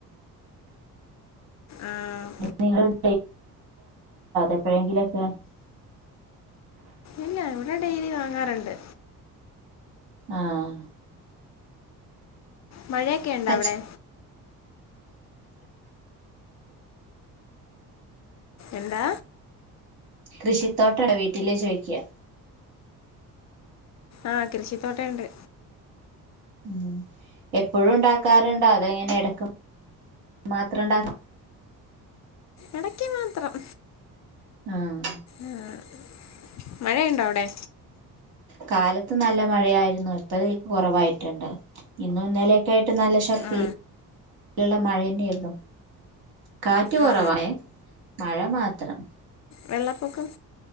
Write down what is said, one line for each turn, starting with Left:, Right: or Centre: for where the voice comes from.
Left: ആഹ്
Right: <unintelligible> എപ്പോഴെങ്കിലൊക്കെ
Left: ഇല്ല ഇവിടെ ഡെയിലി വാങ്ങാറുണ്ട്
Right: ആഹ്
Left: മഴയൊക്കെയൊണ്ട
Right: പച്ച
Left: അവിടെ എന്താ
Right: കൃഷിത്തോട്ടണ്ടോ വീട്ടിലേ ചോദിക്കുവാ
Left: ആ കൃഷിത്തോട്ടേ ഉണ്ട്
Right: മം എപ്പോഴും ഉണ്ടാക്കാറുണ്ടോ അതോയിങ്ങനെ ഇടക്ക് മാത്രം ഉണ്ടാക്ക
Left: ഇടയ്ക്ക് മാത്രം
Right: ആഹ്
Left: ആഹ് മഴയുണ്ടോ അവിടെ
Right: കാലത്ത് നല്ല മഴയായിരുന്നു ഇപ്പോ ദേ കുറവായിട്ടുണ്ട് ഇന്നു ഇന്നലെയൊക്കെ ആയിട്ട് നല്ല ശക്തി
Left: ആ
Right: ഉള്ള മഴ തന്നെയരുന്നു കാറ്റ് കുറവാണെ
Left: ആ
Right: മഴ മാത്രം
Left: വെള്ളപ്പൊക്കം